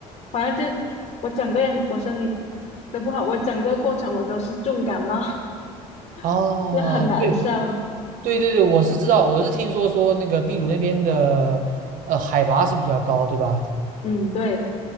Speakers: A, on the left; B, on the right.
A: 反正就我整个人我身体不都不好，我整个过程我都是重感冒，
B: 哦，
A: <laughs> 就很难受。
B: 对对对对，我是知道，我是听说说那个秘鲁那边的呃海拔是比较高，对吧？
A: 嗯，对。